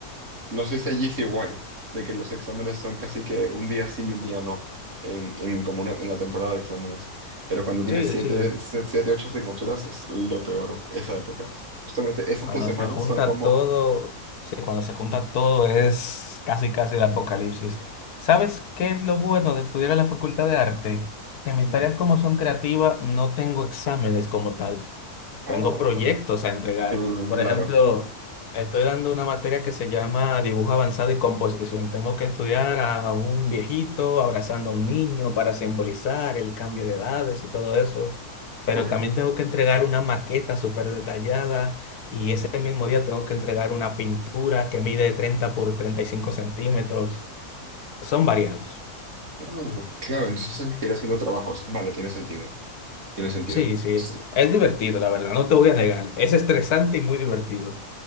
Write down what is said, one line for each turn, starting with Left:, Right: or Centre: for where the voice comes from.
Right: no sé si allí es igual, de que los exámenes son casi que un día sí y un día no, en, en como una- en la temporada de exámenes. Pero cuando tienes
Left: Sí,
Right: siete,
Left: sí.
Right: se- siete, ocho asignaturas es lo peor, esa época. Justamente esas
Left: Cuando
Right: dos semanas
Left: se junta
Right: son como...
Left: todo, sí, cuando se junta todo es casi, casi el apocalipsis. ¿Sabes qué es lo bueno de estudiar en la Facultad de Arte? Que mis
Right: mm,
Left: tareas como son creativas, no tengo exámenes como tal.
Right: ah,
Left: Tengo proyectos
Right: bueno,
Left: a entregar.
Right: claro.
Left: Por ejemplo, estoy dando una materia que se llama dibujo avanzado y composición. Tengo que estudiar a un viejito abrazando a un niño para simbolizar el cambio de edades y todo eso. Pero
Right: ok,
Left: también tengo que entregar una maqueta súper detallada y ese mismo día tengo que entregar una pintura que mide 30 por 35 centímetros. Son variados.
Right: ah, claro, entonces tienes que ir haciendo trabajos. Vale, tiene sentido, tiene sentido.
Left: Sí, sí.
Right: Sí,
Left: Es divertido, la verdad. No te voy a negar. Es estresante y muy divertido.